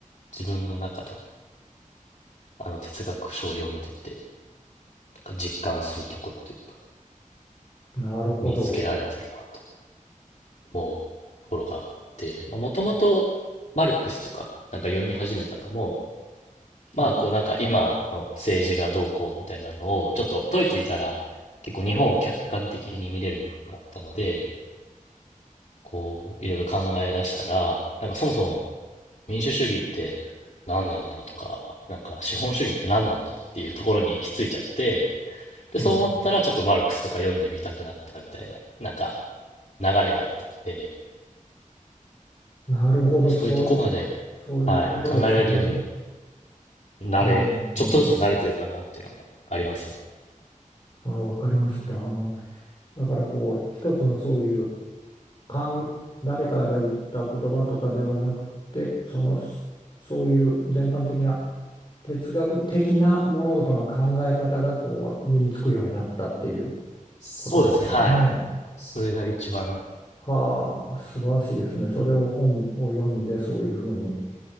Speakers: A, on the left; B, on the left.
A: 自分の中の、あの哲学書を読んでて、なんか実感するところというか、
B: なるほど。
A: 身につけられてるなと思うところがあって、まあ、もともとマルクスとか、なんか読み始めたのも、まあ、
B: はい。
A: こうなんか今の政治がどうこうみたいなのを、ちょっとドイツいたら結構日本を客観的に見れる部分があったので、こう、いろいろ考え出したら、なんかそもそも民主主義って何なんだとか、なんか資本主義って何なんだっていうところに行き着いちゃって、で、
B: うん。
A: そう思ったらちょっとマルクスとか読んでみたくなったみたいな、なんか流れがあったので、
B: なるほど。
A: そういうとこまで、
B: そういう、そういうことですね。
A: はい、考えられるようになれ、
B: うん。
A: ちょっとずつ慣れてるかなっていうのがありますね。
B: うんうん。ああ、わかりました。あの、だからこう、一つのそういうかん、誰かが言った言葉とかではなくて、その、そういう全般的な哲学的な物事の考え方がこう身につくようになったっていう
A: そうですね、
B: ことですよね。
A: はい。それが一番、
B: はあ、素晴らしいですね。それを本を読んでそういうふうに、